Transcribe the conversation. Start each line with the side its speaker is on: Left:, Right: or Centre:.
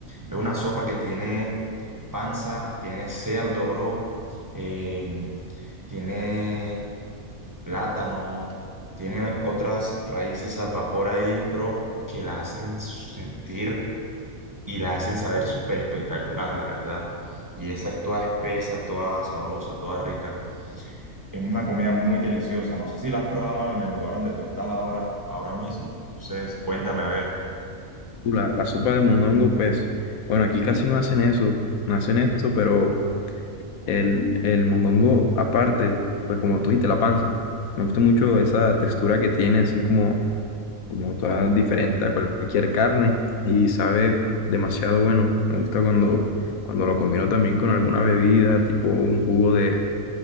Right: Es una sopa que tiene panza, tiene cerdo, bro, eh, tiene plátano, tiene otras raíces al vapor ahí, bro, que la hacen sentir y la hacen saber súper espectacular, la verdad. Y esa es toda espesa, toda sabrosa, toda rica. Es una comida muy deliciosa. No sé si la has probado en el lugar donde tú estás ahora, ahora mismo. Entonces, cuéntame a ver.
Left: Uh, La, la sopa de mondongo, pues, bueno, aquí casi no hacen eso, no hacen esto, pero el, el mondongo aparte, pues como tú dijiste, la panza. Me gusta mucho esa textura que tiene, así como, como toda diferente a cualquier carne y sabe demasiado bueno. Me gusta cuando, cuando lo combino también con alguna bebida, tipo un jugo de,